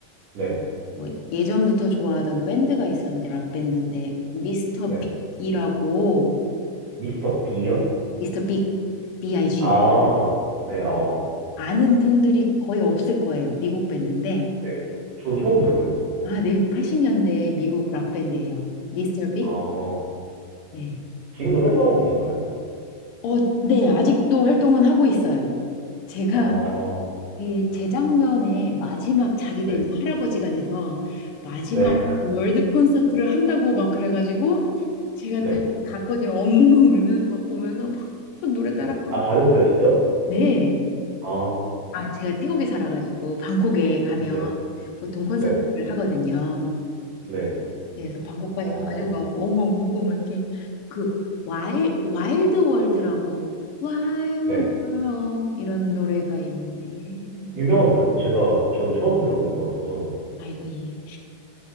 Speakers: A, on the right; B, on the left.
A: 네.
B: 뭐, 예전부터 좋아하던 밴드가 있었는데, 락밴드인데, 미스터
A: 네.
B: 빅이라고,
A: 미스터 b 요
B: 미스터 빅, B.I.G.
A: 아. 네. 어.
B: 아는 분들이 거의 없을 거예요. 미국 밴드인데.
A: 네. 저도 처음 들어봐요.
B: 아, 네. 80년대 미국 락밴드예요. 미스터 빅,
A: 아.
B: 네.
A: 지금도 활동하고 계신가요?
B: 어, 네, 아직도 활동은 하고 있어요. 제가
A: 아.
B: 이 재작년에 마지막 자기들
A: 네.
B: 이제 할아버지가 돼서 마지막
A: 네. <laughs>
B: 월드 콘서트를 한다고 막 그래가지고 제가
A: 네.
B: 또이 갔거든요. 엉엉 울면서 막 보면서 막 노래
A: 네.
B: 따라 부르고.
A: 아, 가셨어요, 직접?
B: 네.
A: 아.
B: 아, 제가 태국에 살아가지고 방콕에 가면
A: 네.
B: 보통 콘서트를
A: 네.
B: 하거든요.
A: 네.
B: 네, 그래서 방콕까지
A: 어.
B: 가가지고 막 엉엉 울고 막 이렇게 그 와일 와일드 월드라고 와일드
A: 네.
B: 월드 이런 노래가 있는데 예.
A: 유명한 노래가 제가 전 처음 들어보는 것 같아서.
B: 아이고 예